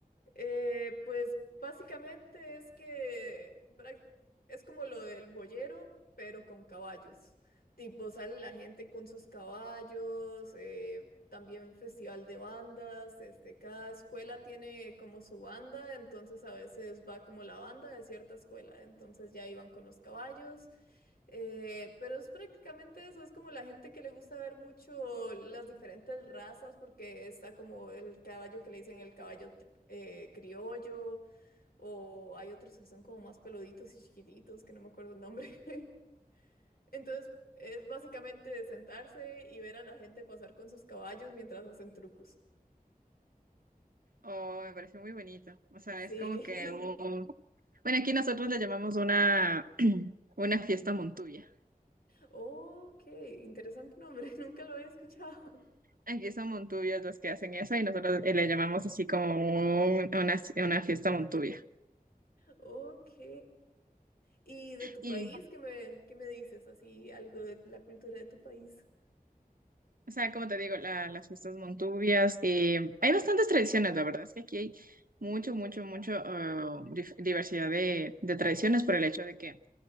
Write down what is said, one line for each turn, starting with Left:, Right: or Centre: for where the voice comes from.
Left: Eh, pues básicamente es que prac- es como lo del boyero, pero con caballos. Tipo, sale la gente con sus caballos, eh, también festival de bandas, este, cada escuela tiene como su banda, entonces a veces va como la banda de cierta escuela, entonces ya iban con los caballos. Eh, pero es prácticamente eso, es como la gente que le gusta ver mucho las diferentes razas, porque está como el caballo que le dicen el caballo tri- eh, criollo, o hay otros que son como más peluditos y chiquititos, que no me acuerdo el nombre. <laughs> Entonces, es básicamente sentarse y ver a la gente pasar con sus caballos mientras hacen trucos.
Right: Oh, me pareció muy bonito. O sea,
Left: Sí.
Right: es como que un,
Left: <laughs>
Right: Bueno, aquí nosotros le llamamos una, <clears throat> una fiesta Montuvia.
Left: Oh, qué interesante nombre, <laughs> nunca lo había escuchado.
Right: Aquí son Montuvios los que hacen eso y nosotros eh, le llamamos así como un- una, una fiesta Montuvia.
Left: Ok. ¿Y de tu
Right: Y,
Left: país? ¿Qué me, qué me dices? Así, algo de la cultura de tu país.
Right: o sea, como te digo, la- las fiestas Montuvias, eh, hay bastantes tradiciones, la verdad es que aquí hay mucho, mucho, mucho ah, dif- diversidad de, de tradiciones por el hecho de que,